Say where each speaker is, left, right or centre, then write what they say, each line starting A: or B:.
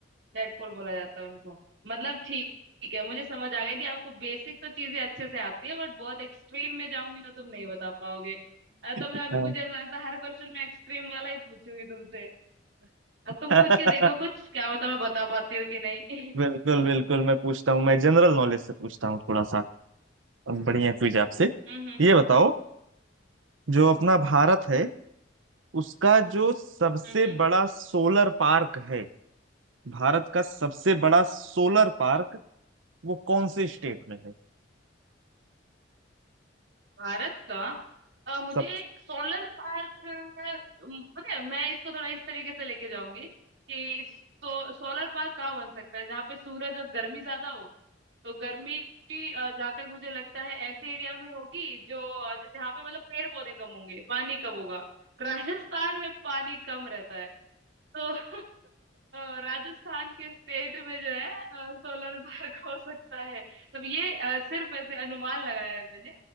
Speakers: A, on the right (about 60°); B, on the right (about 80°).
A: टेडपोल बोला जाता है उनको मतलब ठीक ठीक है मुझे समझ आ गया कि आपको बेसिक तो चीजें अच्छे से आती है बट बहुत एक्सट्रीम में जाऊंगी तो तुम नहीं बता पाओगे अ, तो मैं
B: हाँ,
A: अभी मुझे ऐसा लगता है हर क्वेश्चन में एक्सट्रीम वाला ही पूछूंगी तुमसे अब तुम
B: <laughs>
A: पूछ के देखो कुछ क्या पता मैं बता पाती हूँ कि नहीं <laughs>
B: बिल्कुल बिल्कुल मैं पूछता हूँ मैं जनरल नॉलेज से पूछता हूँ थोड़ा सा अब बढ़िया क्विज आपसे
A: हम्म हम्म
B: ये
A: हम्म
B: बताओ जो अपना भारत है उसका जो सबसे
A: हम्म
B: बड़ा सोलर पार्क है भारत का सबसे बड़ा सोलर पार्क वो कौन से स्टेट में है
A: भारत का अ, मुझे
B: सब
A: सोलर पार्क पता है मैं इसको थोड़ा इस तरीके से लेके जाऊंगी कि सो, सोलर पार्क कहाँ बन सकता है जहाँ पे सूरज और गर्मी ज्यादा हो तो गर्मी भी, अ, जहाँ तक मुझे लगता है ऐसे एरिया में होगी जो अ, जैसे यहाँ पे मतलब पेड़ पौधे कम होंगे पानी कम होगा <laughs> राजस्थान में पानी कम रहता है तो अ, राजस्थान के स्टेट में जो है सोलर पार्क हो सकता है तब ये अ, सिर्फ ऐसे अनुमान लगाया है मैंने